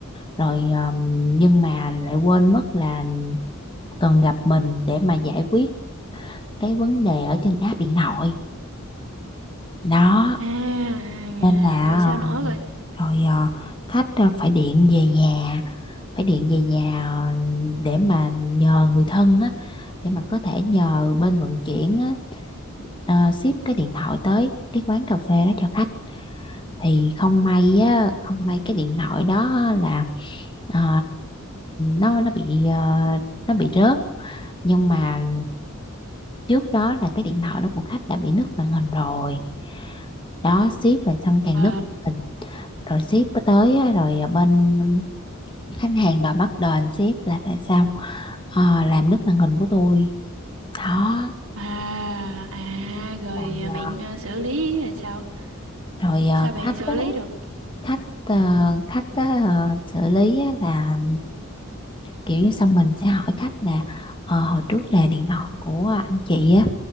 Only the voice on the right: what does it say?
à à,
rồi sao nữa rồi
à
ờ,
à à rồi
à, bạn
ờ, xử lý rồi sao
sao bạn
xử
lý được